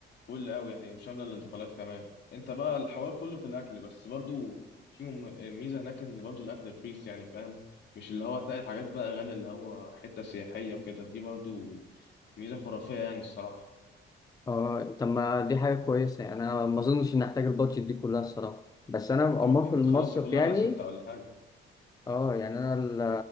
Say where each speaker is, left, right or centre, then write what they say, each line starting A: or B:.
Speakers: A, on the left; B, on the left.
A: فل قوي يعني شامله الانتقالات كمان انت بقى الحوار كله في الاكل بس برضو في مم- ميزه هناك ان برضو الاكل رخيص يعني فاهم مش اللي هو هتلاقي الحاجات بقى غاليه اللي هو حته سياحيه وكده دي برضو ميزه خرافيه يعني الصراحه
B: اه طب ما دي حاجة كويسة يعني أنا ما أظنش إن أحتاج البادجت دي كلها الصراحة بس أنا عموما
A: انت ممكن
B: في المصيف
A: تخلصها كلها
B: يعني
A: على ستة ولا حاجه
B: اه يعني أنا ال-